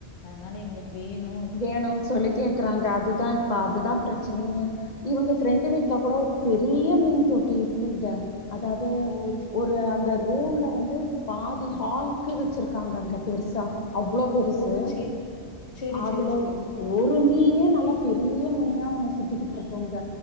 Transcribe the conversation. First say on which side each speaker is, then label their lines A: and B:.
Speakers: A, on the left; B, on the left.
A: அதனால எங்களுக்கு வேணு
B: வேணுன்னு சொல்லி கேக்குறாங்க அதுதா இப்ப அதுதா பிரச்சனயே இவங்க ஃப்ரெண்டு வீட்ல கூட பெரிய மீன் தொட்டி இருக்குங்க அதாது
A: ஓ! ச்ச-
B: ஒரு ஒரு அந்த ரூம்ல வந்து பாதி ஹால்க்கு வச்சிருக்காங்க அங்க பெருசா அவ்ளோ பெருசு
A: ஓ! சரி, சரி,
B: அதுல
A: சரி, சரிங்க.
B: ஒரு மீனே நல்லா பெரிய மீனா ஒன்னு சுட்டுட்டு இருக்கோங்க